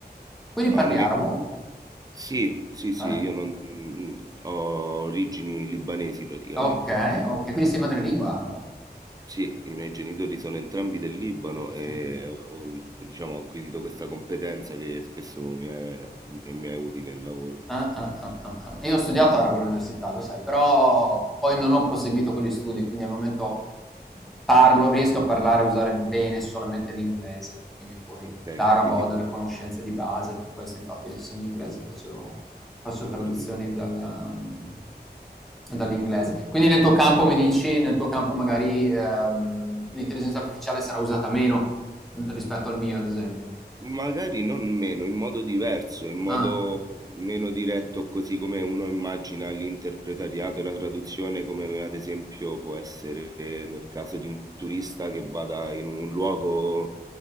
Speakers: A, in the centre; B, on the right.
A: Quindi
B: Almeno
A: parli arabo?
B: sì, sì, sì,
A: Ah,
B: io non, mm, ho origini libanesi praticamente.
A: ok, ok, quindi sei madrelingua arabo.
B: Sì, i miei genitori sono entrambi del Libano e
A: Ok.
B: ho, diciamo, ho acquisito questa competenza che spesso mi è, mi è utile nel lavoro.
A: Ah, ah, ah, ah, ah. Io ho studiato arabo all'università, lo sai, però poi non ho proseguito con gli studi, quindi al momento parlo, riesco a parlare e usare bene solamente l'inglese, quindi poi
B: Ok,
A: l'arabo
B: quindi
A: ho delle conoscenze di base, per questo infatti io insegno inglese, faccio, faccio
B: ho
A: traduzioni
B: capito.
A: dal, um, dall'inglese. Quindi nel tuo campo mi dici, nel tuo campo magari ehm, l'intelligenza artificiale sarà usata meno rispetto al mio, ad esempio.
B: Magari non meno, in modo diverso, in modo
A: Ah,
B: meno diretto, così come uno immagina l'interpretariato e la traduzione, come ad esempio può essere nel caso di un turista che vada in un luogo